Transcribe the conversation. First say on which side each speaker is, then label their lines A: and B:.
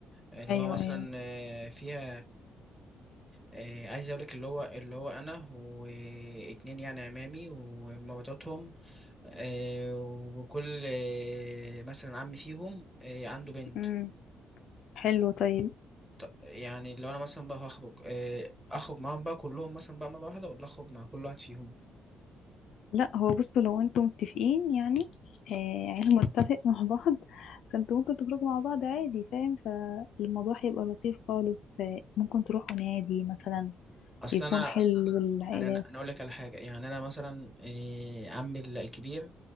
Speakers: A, in the centre; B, on the left (about 75°).
A: اللي
B: ايوه
A: هو مثلا
B: ايوه
A: آه، فيها آه، عايز اقولك اللي هو اللي هو انا واتنين يعني عمامي ومراتاتهم آه، وكل آه، مثلا عمي فيهم آه، عنده بنت
B: امم حلو طيب
A: طب يعني لو انا مثلا بقى هخرج آه، اخرج معاهم بقى كلهم مثلا بقى مرة واحدة ولا اخرج مع كل واحد فيهم
B: لا هو بصوا لو انتم متفقين يعني آه عيلة متفق مع بعض فانتوا ممكن تخرجوا مع بعض عادي فاهم فالموضوع هيبقى لطيف خالص آه، ممكن تروحوا نادي مثلا
A: اصل
B: يكون
A: انا
B: حلو
A: اصل انا
B: للعائلات
A: يعني انا أنا اقول لك على حاجة يعني انا مثلا آه، عمي ال- الكبير